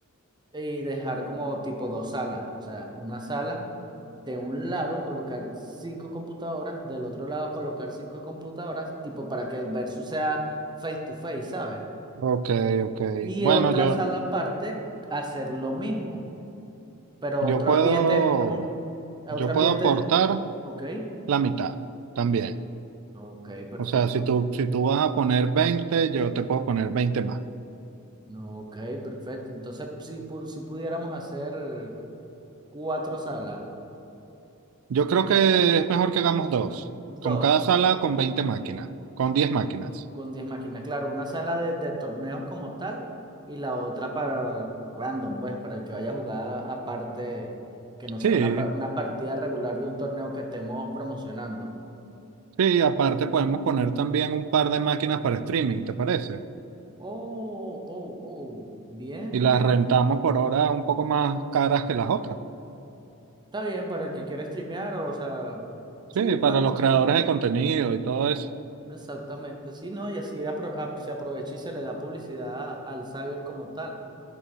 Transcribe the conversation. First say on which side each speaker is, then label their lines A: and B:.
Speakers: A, on the right (about 20°); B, on the right (about 70°).
A: y dejar como tipo dos salas, o sea, una sala de un lado colocar cinco computadoras, del otro lado colocar cinco computadoras, tipo para que el versus sea face to face, ¿sabes?
B: ok, ok.
A: Y
B: Bueno,
A: en otra
B: yo,
A: sala aparte hacer lo mismo, pero
B: yo
A: otro
B: puedo,
A: ambiente, un, otro
B: yo
A: ambiente,
B: puedo aportar
A: ok,
B: la mitad también.
A: ok, perfecto.
B: O sea, si tú, si tú vas a poner veinte yo te puedo poner 20 más.
A: Ok, perfecto. Entonces, si, pu- si pudiéramos hacer cuatro salas,
B: Yo creo que es mejor que hagamos dos.
A: dos.
B: Con cada sala, con 20 máquinas, con 10 máquinas.
A: Con 10 máquinas, claro, una sala de, de torneos como tal y la otra para random, pues, para el que vaya a jugar aparte, que no sea
B: Sí,
A: una, par- una partida regular de un torneo que estemos promocionando.
B: Sí, aparte podemos poner también un par de máquinas para streaming, ¿te parece?
A: Oh, oh, oh, bien,
B: Y las
A: bien.
B: rentamos por ahora un poco más caras que las otras.
A: Está bien, para el que quiera streamear, o sea, sí,
B: Sí, para
A: me-
B: los
A: me-
B: creadores de contenido y todo eso.
A: exactamente, sí, ¿no? Y así apro- ap- se aprovecha y se le da publicidad a- al cyber como tal.